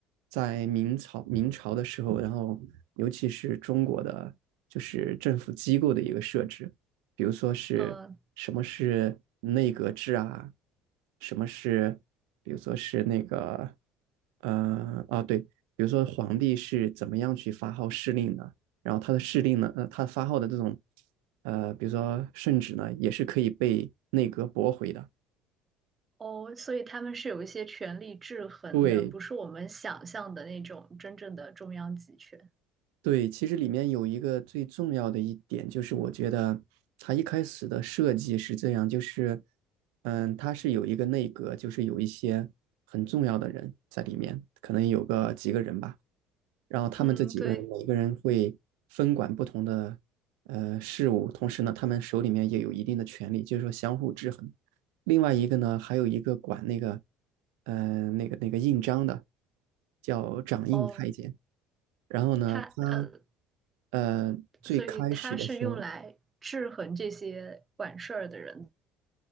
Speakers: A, on the right; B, on the right.
A: 在明朝明朝的时候，然后尤其是中国的就是政府机构的一个设置，比如说是什么是内阁制啊，
B: 嗯，
A: 什么是比如说是那个呃啊对，比如说皇帝是怎么样去发号施令的，然后他的施令呢，呃他发号的这种呃比如说圣旨呢，也是可以被内阁驳回的。
B: 哦，所以他们是有一些权力制衡的，
A: 对
B: 不是我们想象的那种真正的中央集权。
A: 对，其实里面有一个最重要的一点，就是我觉得它一开始的设计是这样，就是嗯，它是有一个内阁，就是有一些很重要的人在里面，可能有个几个人吧，然后他们这几个人每个人会分管不同的呃事务，
B: 嗯，对，
A: 同时呢，他们手里面也有一定的权利，就是说相互制衡。另外一个呢，还有一个管那个呃那个那个印章的，叫掌印太监。
B: 哦，
A: 然后呢，
B: 他呃，
A: 他呃最开始的时候，
B: 所以他是用来制衡这些管事儿的人。